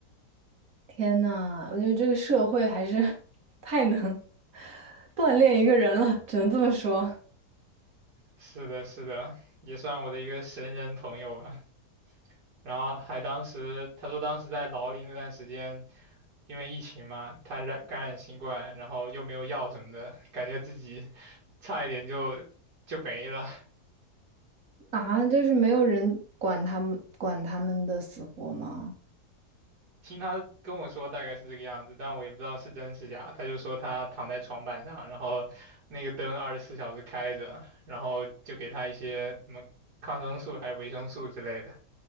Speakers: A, on the right (about 55°); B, on the right (about 70°).
A: 天呐，我觉得这个社会还是 <laughs> 太能锻炼一个人了，只能这么说
B: 是的，是的，也算我的一个神人朋友吧。然后还当时他说当时在牢里那段时间，因为疫情嘛，他染感染新冠，然后又没有药什么的，感觉自己 <laughs> 差一点就就没了。<laughs>
A: 啊，就是没有人管他们管他们的死活吗？
B: 听他跟我说大概是这个样子，但我也不知道是真是假。他就说他躺在床板上，然后那个灯二十四小时开着，然后就给他一些什么抗生素还是维生素之类的。